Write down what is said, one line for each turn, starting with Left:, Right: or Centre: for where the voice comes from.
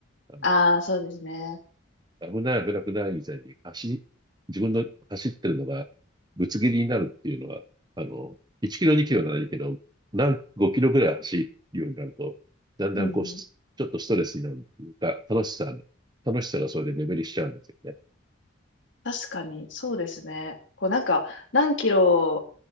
Right: あ
Left: ああ、そうですね。
Right: の、危ない危なくない以前に走り、自分の走ってるのがぶつ切りになるっていうのは、あの、1キロ2キロならいいけど、何、5キロぐらい走るようになると、だんだんこう、
Left: うんうん
Right: しちょっとストレスになるっていうか、楽しさ、楽しさがそれで目減りしちゃうんですよね。
Left: 確かに、そうですね。こうなんか、何キロ、